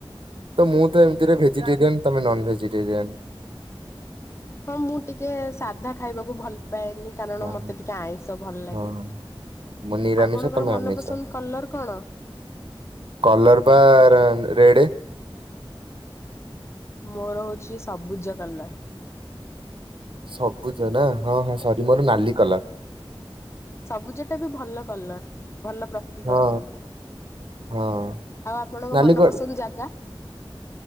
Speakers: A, on the right (about 65°); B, on the left (about 30°).
A: ତ ମୁଁ ତ ଏମିତିରେ ଭେଜିଟେରିଆନ ତମେ ନନ୍ ଭେଜିଟେରିଆନ୍।
B: ହଁ ମୁଁ ଟିକେ ସାଧା ଖାଇବାକୁ ଭଲ ପାଏନି କାରଣ
A: ହଁ
B: ମତେ ଟିକେ ଆଇଁଷ ଭଲ ଲାଗେ।
A: ହଁ ମୁଁ ନିରାମିଷ
B: ଆପଣଙ୍କର
A: ତମେ
B: ମନପସନ୍ଦ
A: ଆମିଷ
B: କଲର କଣ?
A: କଲର ବା ଆ ରେଡେ।
B: ମୋର ହଉଛି ସବୁଜ କଲର।
A: ସବୁଜ ନା ହଁ ହଁ ସରି ମୋର ନାଲି କଲର।
B: ସବୁଜ ଟା ବି ଭଲ କଲର ଭଲ ପ୍ର ପ୍ରତୀକ
A: ହଁ
B: ର କଲର୍
A: ହଁ
B: ଆଉ ଆପଣଙ୍କ
A: ନାଲି
B: ମନପସନ୍ଦ
A: କ
B: ଜାଗା?